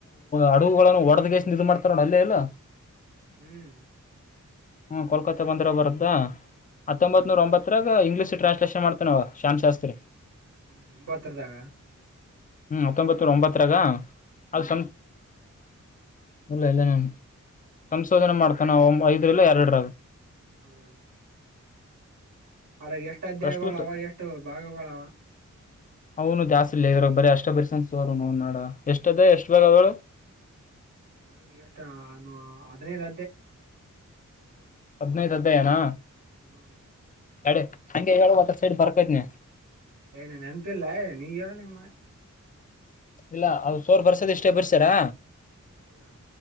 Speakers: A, on the left; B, on the right.
A: ಹಡಗುಗಳನ್ನು ಒಡದ್ಗೇಸ ಇದ ಮಾಡ್ತಾರ ನೋ ಅಲ್ಲೇ ಇಲ್ಲ
B: ಹ್ಮ್
A: ಹ್ಮ ಕೋಲ್ಕತ್ತೆ ಬಂದರ ಬರುತ್ತಾ ಹತ್ತೊಂಬತ್ ನೂರ ಒಂಬತ್ತರಾಗ ಇಂಗ್ಲಷ ಟ್ರಾನ್ಸ್ಲೇಷನ್ ಮಾಡ್ತೇ ನಾವು ಶಾಮನ್ ಶಾಸ್ತ್ರಿ
B: ಹ್ಮ್ ಒಂಬತ್ತರದಾಗ
A: ಹ್ಮ್ ಹತ್ತೊಂಬತರ ಒಂಬತ್ತರಾಗ
B: ಹ್ಮ್
A: ಅಪ ಇಲ್ಲ ಇಲ್ಲ ನನ್ ಸಂಶೋಧನೆ ಮಾಡ್ತೇನ ಒ ಐದ್ರ ಇಲ್ಲ ಎರಡರ
B: ಹ್ಮ್ ಅದ ಎಷ್ಟ ಅಧ್ಯಾಯಗಳ
A: ಪ್ರಸ್ತುತ
B: ಅವ ಎಷ್ಟು ಭಾಗಗಳ ಅವ
A: ಅವನು ದಾಸ್ತಿಲಿ ಇದರಾಗ ಬರ ಅಷ್ಟ ಪರ್ಸನ್ ಸ ನಾಡ ಎಷ್ಟ ಅದ ಎಷ್ಟ್ ಬೇ ಅವಳು ಹ್ಮ
B: ನನಗೆ ಎಷ್ಟ ಹದ್ನೈದು
A: ಹದ್ನೈದು ಅಧ್ಯಾಯನಾ
B: ಹ್ಮ್
A: ಎಡೆ ಹಂಗೆ ಹೇಳ ಒ ಸೈಡ್ ಬರ್ಕೋತಿನ್
B: ಏನ ನನ್ಪೇರ್ಲ್ಲ ನೀ ಯಳ ನಿಮ್ಮ
A: ಇಲ್ಲ ಅ ಸೋರ್ ಬರ್ಸೋದ ಇಷ್ಟೇ ಬರ್ಸಾರಾ
B: ಹೌದಾ